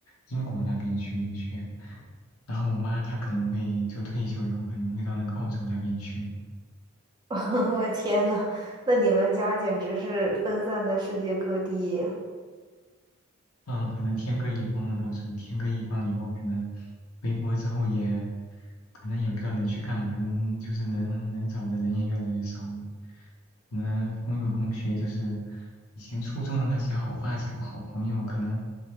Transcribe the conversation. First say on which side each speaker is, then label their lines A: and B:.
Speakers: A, on the left; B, on the right.
A: 英国那边去留学，然后我妈她可能会就退休以后可能会到那个澳洲那边去，
B: <laughs> 我天呐，那你们家简直是分散在世界各地呀
A: 嗯，可能天各一方了，到时候天各一方以后，可能回国之后也，可能也不知道能去干嘛，能就是能能找的人也越来越少了。可能朋友同学就是以前初中的那些好发小、好朋友，可能